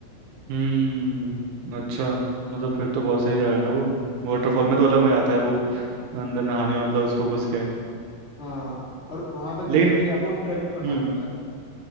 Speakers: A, on the right; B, on the left.
A: हम्म अच्छा मतलब फिर तो बहुत सही जगह है ना वो वाटरफॉल में तो अलग मजा आता है वो अंदर नहाने में मतलब उसको घुस के
B: हाँ और वहां तक जाने
A: लेकिन
B: के लिए आपको ट्रैक करना
A: हम्म
B: पड़ता है